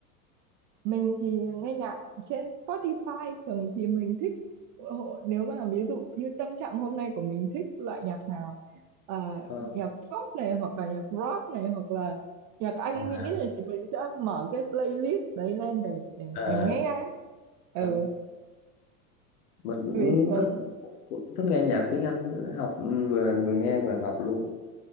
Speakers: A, on the right (about 40°); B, on the left (about 75°).
A: Mình thì nghe nhạc trên Spotify, thường thì mình thích hộ- nếu mà ví dụ như tâm trạng hôm nay của mình thích loại nhạc nào ờ,
B: Ờ,
A: nhạc pop này hoặc là nhạc rock này hoặc là nhạc Anh
B: à,
A: Mỹ này thì mình sẽ mở cái playlist đấy lên để để,
B: à,
A: để nghe ấy. Ừ,
B: à, mình cũng
A: vì thường
B: thích cũng thích nghe nhạc tiếng Anh học ừ, vừa vừa nghe vừa học luôn